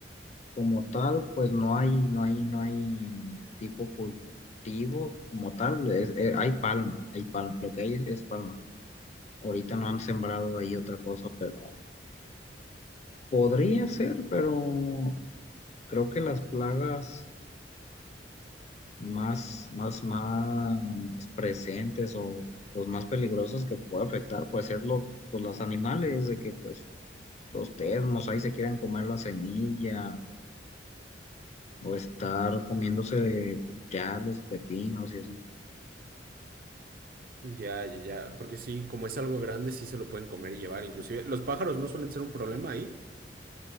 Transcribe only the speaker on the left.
como tal, pues no hay, no hay, no hay tipo cultivo como tal, es- eh, hay palma, hay palma, lo que hay es es palma Ahorita no han sembrado ahí otra cosa, pero podría ser, pero creo que las plagas más, más, más presentes o los más peligrosos que puede afectar, pues es lo, pues los animales, de que pues los termos ahí se quieran comer la semilla o estar comiéndose ya los pepinos y así.